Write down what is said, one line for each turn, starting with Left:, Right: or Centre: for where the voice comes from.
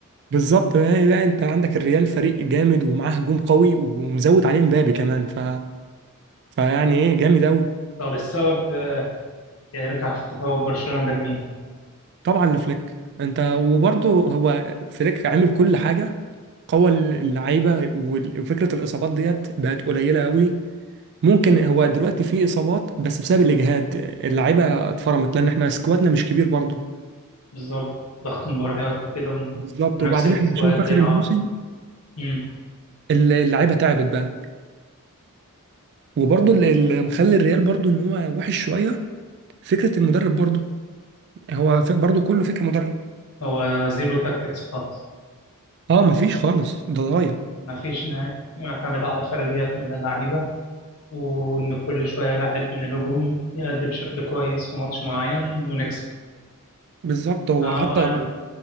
Right: بالظبط بقى, بقى انت عندك الريال فريق جامد ومعاه هجوم قوي ومزود عليه مبابي كمان ف... فيعني ايه جامد قوي
Left: طب السبب آه، يرجع في تفوق برشلونة ده لمين؟
Right: طبعا لفليك انت وبرضه هو فليك عامل كل حاجة قوى اللعيبة وفكرة الإصابات ديت بقت قليلة قوي ممكن هو دلوقتي في إصابات بس بسبب الإجهاد اللعيبة اتفرمت لأن احنا سكوادنا مش كبير برضه
Left: بالظبط ضغط مباريات وكده
Right: بالظبط
Left: ونفس
Right: وبعدين
Left: السكواد
Right: احنا عشان في اخر
Left: بيلعب
Right: الموسم
Left: مم.
Right: الل- اللعيبه تعبت بقى وبرضه اللي اللي مخلي الريال برضه ان هو وحش شويه فكره المدرب برضه هو ف- برضه كله فكره مدرب
Left: هو زيرو تاكتكس خالص
Right: اه مفيش خالص ده ضايع
Left: مفيش نهاية معتمد على فرديات من اللعيبة وإن كل شوية لاعب من الهجوم يأدي بشكل كويس في ماتش معين ونكسب
Right: بالظبط هو
Left: آه،
Right: حتى
Left: أنا